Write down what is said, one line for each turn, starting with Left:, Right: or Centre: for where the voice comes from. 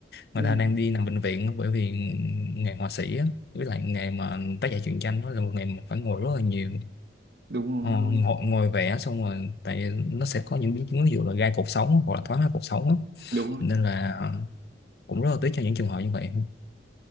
Left: người
Right: Ừ,
Left: ta đang đi nằm bệnh viện á, bởi vì nghề họa sĩ á, với lại nghề mà tác giả truyện tranh đó là một nghề mà phải ngồi rất là nhiều
Right: đúng rồi,
Left: Ờ,
Right: đúng
Left: ngồi,
Right: rồi,
Left: ngồi vẽ xong rồi tại nó sẽ có những biến chứng ví dụ là gai cột sống hoặc là thoái hóa cột sống á.
Right: đúng rồi.
Left: nên là ờ, cũng rất là tiếc cho những trường hợp như vậy